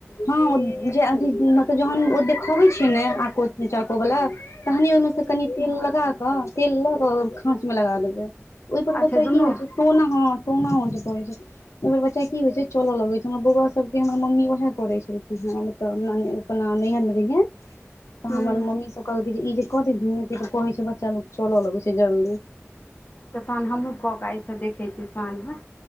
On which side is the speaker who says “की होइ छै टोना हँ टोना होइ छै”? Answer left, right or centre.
Left